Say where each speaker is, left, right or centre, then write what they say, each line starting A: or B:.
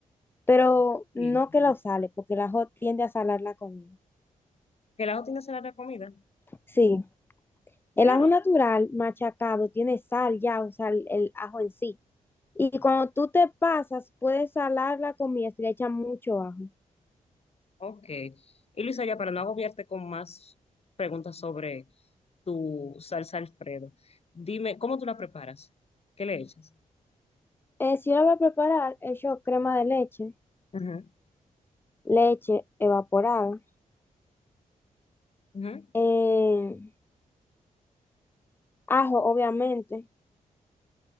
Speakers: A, on the left; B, on the left.
A: Pero
B: Sí.
A: no que lo sale, porque el ajo tiende a salar la comida.
B: Que la tiene será la comida.
A: Sí, el
B: ¿Es
A: ajo
B: verdad?
A: natural machacado tiene sal ya, o sea, el, el ajo en sí. Y cuando tú te pasas, puedes salar la comida si le echas mucho ajo.
B: Ok. Y Luisa, ya para no agobiarte con más preguntas sobre tu salsa Alfredo, dime, ¿cómo tú la preparas? ¿Qué le echas?
A: Eh, si yo lo voy a preparar, echo crema de leche,
B: Ujú,
A: leche evaporada.
B: ujú.
A: Eh, ajo, obviamente.